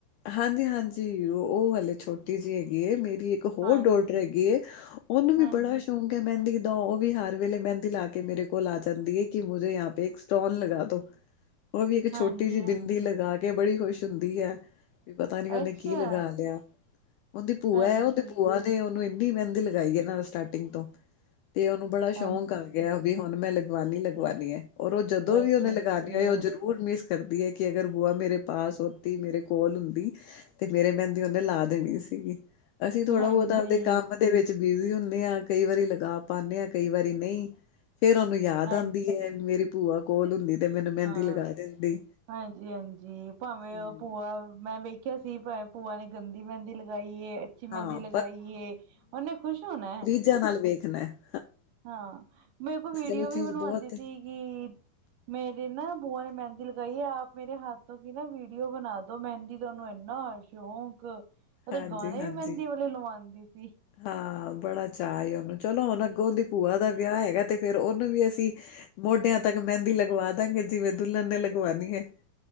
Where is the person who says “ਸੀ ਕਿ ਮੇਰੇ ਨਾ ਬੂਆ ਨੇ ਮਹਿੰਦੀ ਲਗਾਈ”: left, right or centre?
Right